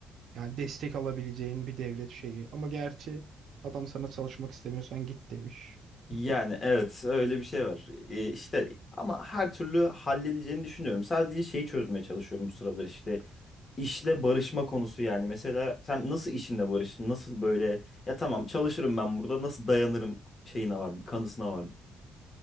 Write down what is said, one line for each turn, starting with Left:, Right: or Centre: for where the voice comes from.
Right: yani destek alabileceğin bir devlet şeyi. Ama gerçi adam sana çalışmak istemiyorsan git demiş. <laughs>
Left: Yani evet öyle bir şey var. Ee, işte ama her türlü halledeceğini düşünüyorum. Sadece şeyi çözmeye çalışıyorum bu sıralar işte işle barışma konusu yani. Mesela sen nasıl işinle barıştın? Nasıl böyle ya tamam çalışırım ben burada nasıl dayanırım şeyine vardım, kanısına vardım.